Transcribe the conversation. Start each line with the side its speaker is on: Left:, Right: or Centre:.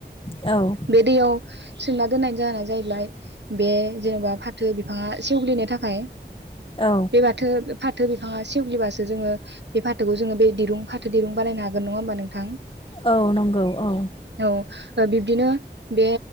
Left: औ
Right: बे दैयाव सोंमा दोननायनि जाहोना जाहैब्लाय बे जेनेबा फाथो बिफाङा सेवग्लिनो थाखाय
Left: औ
Right: बे बाथो फाथो बिफाङा सेवगिलिबासो जोङो बे फाथोखौ जोङो बे दिरुं फाथो दिरुं बानायनो हागोन नङा होमबा नोंथां।
Left: औ नंगौ औ
Right: औ बिब्दिनो बे